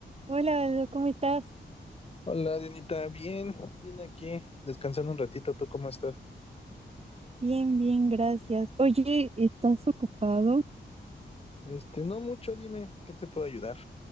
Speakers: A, on the right (about 35°); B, on the left (about 30°).
A: Hola, Aldo, ¿cómo estás?
B: Hola, Dianita, bien, bien aquí, descansando un ratito, ¿tú cómo estás?
A: Bien, bien, gracias. Oye, ¿estás ocupado?
B: Este, no mucho, dime, ¿qué te puedo ayudar?